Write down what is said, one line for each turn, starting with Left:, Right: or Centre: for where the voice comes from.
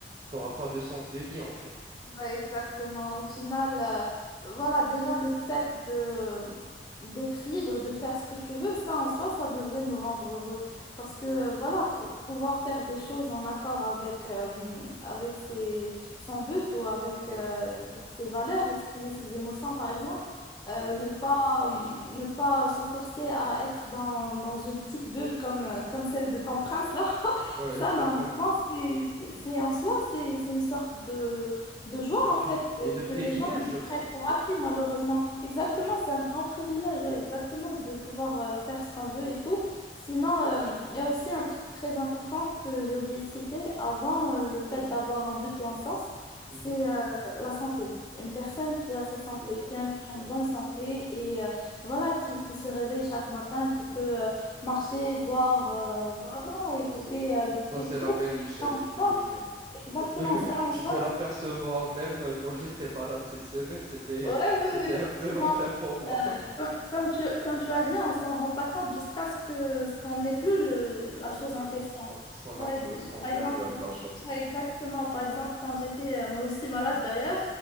Right: n'auras pas de sens de vie en fait.
Left: Ouais, exactement. Au final, euh, voilà, déjà le fait de d'être libre, de faire ce que tu veux, ça en soi, ça devrait nous rendre heureux. Parce que, euh, voilà, p- pouvoir faire des choses en accord avec, euh, avec ses, son but ou avec,
Right: Ouais,
Left: euh, avec ses valeurs, exprimer ses émotions, par exemple, euh,
Right: ouais,
Left: ne pas, euh, ne pas se forcer à être dans, dans une petite bulle comme, euh, comme celle de ton prince, là, <laughs>
Right: ouais,
Left: ça,
Right: exactement.
Left: normalement, c'est, c'est c'est en soi, c'est, c'est une sorte de de joie
Right: de pri-
Left: en fait et
Right: et de privilèges,
Left: que les gens nous
Right: je pense.
Left: prennent pour acquis malheureusement. Exactement,
Right: Ouais.
Left: c'est un grand privilège, ouais, exactement, de pouvoir euh, faire ce qu'on veut et tout. Sinon, euh, il y a aussi un truc très important que j'ai oublié de citer avant euh, le fait d'avoir un but ou un sens,
Right: Mhm.
Left: c'est euh, la santé. Une personne qui a sa santé,
Right: Ouais,
Left: qui a, qui a
Right: ouais.
Left: une bonne santé et euh, voilà, qui, qui se réveille chaque matin, qui peut euh, marcher, voir, euh, voilà, écouter,
Right: Ça, c'est,
Left: euh, goûter
Right: ça, c'est
Left: et
Right: la
Left: tout.
Right: vraie richesse, je te
Left: Oh,
Right: le jure.
Left: exactement
Right: Tu peux, <laughs>
Left: ça en
Right: tu
Left: soi.
Right: peux l'apercevoir même euh, quand j'étais malade cette semaine, c'était,
Left: Ouais, oui,
Right: c'était
Left: oui,
Right: un
Left: effectivement.
Right: peu <laughs> l'enfer pour moi.
Left: Euh,
Right: <laughs>
Left: comme, comme tu, comme tu as dit, on s'en rend pas compte jusqu'à ce que ce qu'on n'ait plus le-
Right: Exactement,
Left: la chose en question.
Right: ce qu'on, ce qu'on
Left: Ouais,
Right: a, peu-
Left: d-
Right: ce qu'on
Left: par
Right: perd,
Left: exemple,
Right: la, la chose.
Left: ouais, exactement. Par exemple, quand j'étais euh, moi aussi malade d'ailleurs,